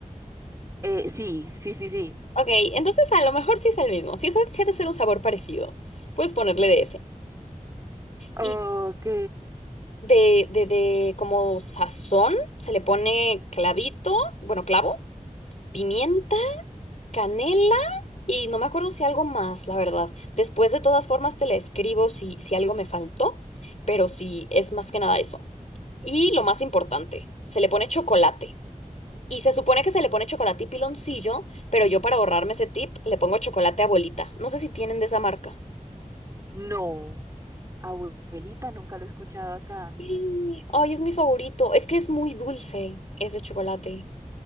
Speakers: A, on the right; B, on the left.
A: Eh, sí, sí, sí, sí.
B: Ok, entonces a lo mejor sí es el mismo. Si es, si ha de ser un sabor parecido, puedes ponerle de ese.
A: Ok.
B: Y de, de, de como sazón, se le pone clavito, bueno, clavo, pimienta, canela y no me acuerdo si algo más, la verdad. Después de todas formas te le escribo si, si algo me faltó, pero sí es más que nada eso. Y lo más importante, se le pone chocolate. Y se supone que se le pone chocolate y piloncillo, pero yo para ahorrarme ese tip le pongo chocolate abuelita. No sé si tienen de esa marca.
A: No, abuelita, nunca lo he escuchado acá.
B: Sí. Ay, es mi favorito. Es que es muy dulce ese chocolate.